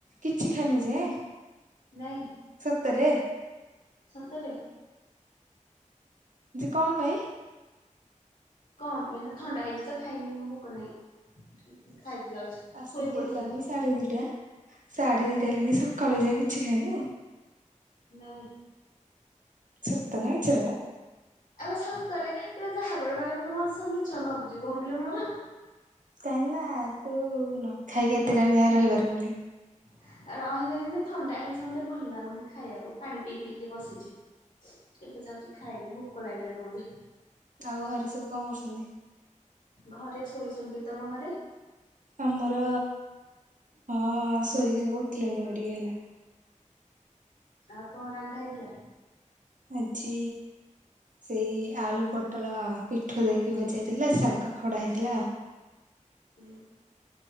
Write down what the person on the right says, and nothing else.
କିଛି ଖାଇନୁ ଏଯାଏ?
ସତେରେ?
ଯେ କଣ ପାଇଁ?
ଆସିକି
ହେଲାଣି ସାଢେ ଦିଟା। ସାଢେ ଦିଟା ହେଲାଣି ସକାଳୁ ଏଯାଇ କିଛି ଖାଇନୁ?
ସତ ନା ମିଛରେ ବା।
କାହିଁକି ନା ତୁ ନ ଖାଇକି ଏତେ ଟାଇମ୍ ଯାଇ ରହିପାରିବୁନି।
ଆଉ ଘରେ ସବୁ କଣ କରୁଛନ୍ତି?
ଆମର ହଁ ଶୋଇକି ସବୁ ଉଠିଲେଣି ଏବେ ଟିକେ ହେଲା।
ଆଜି ସେଇ ଆଳୁ ପୋଟଳ ପିଠୋଉ ଦେଇକି ଭଜା ହେଇଥିଲା, ଶାଗ ଖରଡା ହେଇଥିଲା।